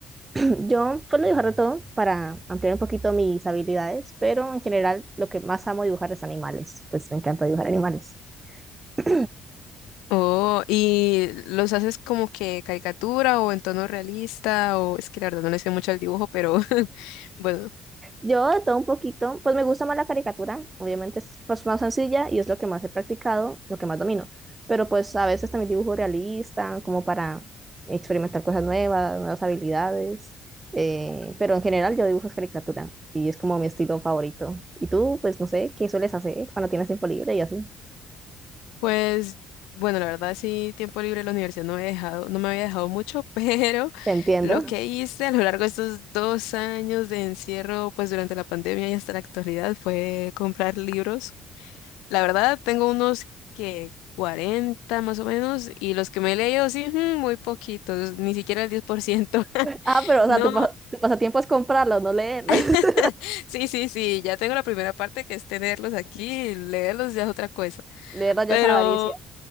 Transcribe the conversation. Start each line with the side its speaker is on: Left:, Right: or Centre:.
Right: <clears throat> Yo suelo dibujar de todo para ampliar un poquito mis habilidades, pero en general lo que más amo dibujar es animales. Pues me encanta dibujar animales. <clears throat>
Left: Oh, ¿y los haces como que caricatura o en tono realista? O es que la verdad no le sé mucho al dibujo, pero <laughs> bueno,
Right: Yo de todo un poquito, pues me gusta más la caricatura, obviamente es pues, más sencilla y es lo que más he practicado, lo que más domino, pero pues a veces también dibujo realista, como para experimentar cosas nuevas, nuevas habilidades, eh, pero en general yo dibujo es caricatura y es como mi estilo favorito. Y tú, pues no sé, ¿qué sueles hacer cuando tienes tiempo libre y así?
Left: pues bueno, la verdad sí, tiempo libre en la universidad no me he dejado, no me había dejado mucho, <laughs> pero
Right: Te entiendo.
Left: lo que hice a lo largo de estos dos años de encierro, pues durante la pandemia y hasta la actualidad, fue comprar libros. La verdad, tengo unos que 40 más o menos, y los que me he leído, sí, ujú, muy poquitos, ni siquiera el diez por ciento <laughs>
Right: <laughs> Ah, pero o
Left: No,
Right: sea, tu, pa- tu pasatiempo es comprarlos, no leerlos. <laughs>
Left: <laughs> sí, sí, sí, ya tengo la primera parte que es tenerlos aquí, leerlos ya es otra cosa.
Right: Leerlos
Left: Pero
Right: ya es avaricia.